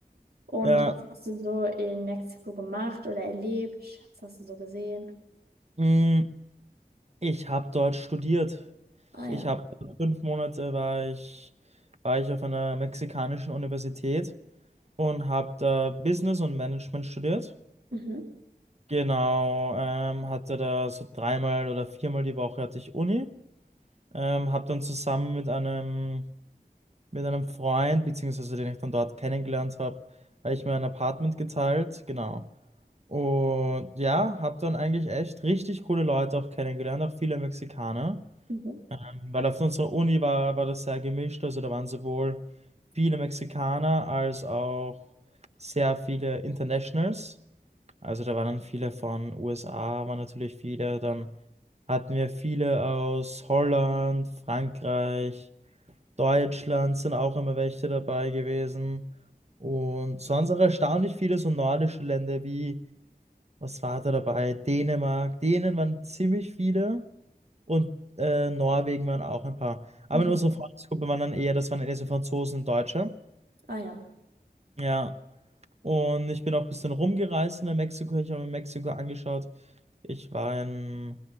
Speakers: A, on the right; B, on the right.
A: Und
B: Ja,
A: was hast du so in Mexiko gemacht oder erlebt? Was hast du so gesehen?
B: mm, ich habe dort studiert.
A: Ah
B: Ich
A: ja.
B: habe fünf Monate war ich, war ich auf einer mexikanischen Universität. und habe da Business und Management studiert.
A: Mhm.
B: Genau, ähm, hatte da so dreimal oder viermal die Woche hatte ich Uni. Ähm, habe dann zusammen mit einem, mit einem Freund, beziehungsweise den ich dann dort kennengelernt habe, habe ich mir ein Apartment geteilt. Genau. Und ja, habe dann eigentlich echt richtig coole Leute auch kennengelernt, auch viele Mexikaner.
A: Mhm.
B: Ähm, weil auf unserer Uni war, war das sehr gemischt, also da waren sowohl viele Mexikaner als auch sehr viele Internationals. Also da waren dann viele von USA, waren natürlich viele. Dann hatten wir viele aus Holland, Frankreich, Deutschland sind auch immer welche dabei gewesen. Und sonst auch erstaunlich viele so nordische Länder wie, was war da dabei? Dänemark. Dänen waren ziemlich viele und äh, Norwegen waren auch ein paar. Aber
A: Mhm.
B: in unserer Freundesgruppe waren dann eher, das waren eher so Franzosen und Deutsche.
A: Ah ja,
B: Ja, und ich bin auch ein bisschen rumgereist in Mexiko. Ich habe mir Mexiko angeschaut. Ich war in